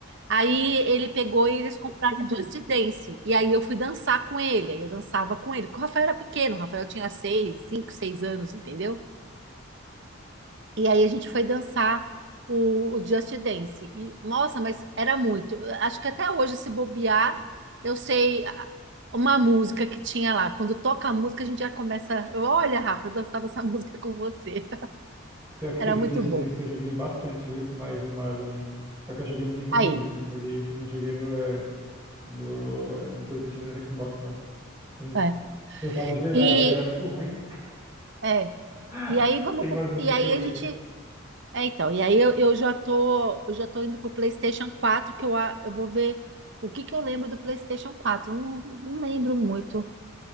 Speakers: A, on the right (about 55°); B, on the right (about 15°).
A: aí ele pegou e eles compraram Just Dance. E aí eu fui dançar com ele, aí eu dançava com ele, porque o Rafael era pequeno, o Rafael tinha seis, cinco, seis anos, entendeu? E aí a gente foi dançar o, o Just Dance. E, nossa, mas era muito. Acho que até hoje, se bobear, eu sei ah, uma música que tinha lá. Quando toca a música, a gente já começa. eu, Olha, Rafa, eu dançava essa <laughs> música com você.
B: Pior que
A: Era
B: teve
A: muito
B: um dia esse
A: bom.
B: desse que eu joguei bastante, viu, com mais ex-namorada minha. Só que eu joguei no Nintendo
A: Aí.
B: Wii, né? Joguei, não joguei no, eh, no, eh, no PlayStation e no Xbox, não. A gente
A: É.
B: dançava de verdade,
A: E,
B: né? Eu era muito ruim.
A: é,
B: <laughs>
A: e aí vamos
B: Tem
A: pro-
B: umas músicas
A: E aí
B: que eu lembro.
A: a gente. É, então, e aí eu, eu já tô, eu já tô indo pro PlayStation quatro que eu, a- eu vou ver o que que eu lembro do PlayStation quatro. Eu Não, não lembro muito.